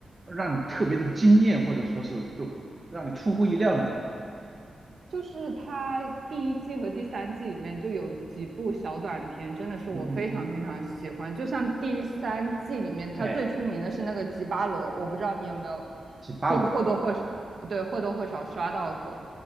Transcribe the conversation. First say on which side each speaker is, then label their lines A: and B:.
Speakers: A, on the right; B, on the right.
A: 让你特别的惊艳，或者说是就让你出乎意料那种？
B: 就是它第一季和第三季里面就有几部小短片，真的是我非常非常喜欢。
A: 嗯嗯嗯，
B: 就像第三季里面，它最出名的是那个吉巴罗，
A: 哎，
B: 我不知道你有没有
A: 是巴罗。
B: 多或多或少对或多或少刷到过